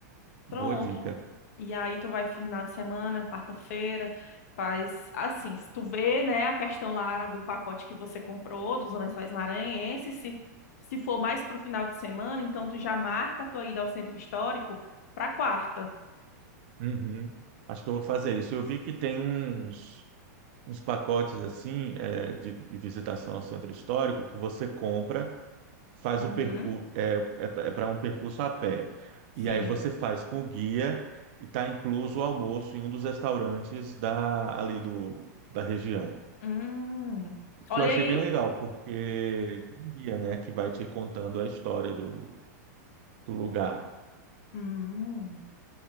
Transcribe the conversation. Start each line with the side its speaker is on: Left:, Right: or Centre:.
Left: Pronto.
Right: boa dica.
Left: E aí tu vai final de semana, quarta-feira, faz assim, se tu vê, né, a questão lá do pacote que você comprou, dos lençóis maranhenses, se, se for mais pro final de semana, então tu já marca a tua ida ao centro histórico pra quarta.
Right: Uhum. Acho que eu vou fazer isso. Eu vi que tem uns, uns pacotes assim, é, de, de visitação ao centro histórico que você compra. faz
Left: Uhum,
Right: o percurso é, é para um percurso a pé.
Left: sim.
Right: E aí você faz com o guia e está incluso o almoço em um dos restaurantes da ali do da região.
Left: Hum.
Right: Que
Left: Olha
Right: eu achei
Left: aí.
Right: bem legal, porque tem um guia, né, que vai te contando a história do, do lugar.
Left: Hum.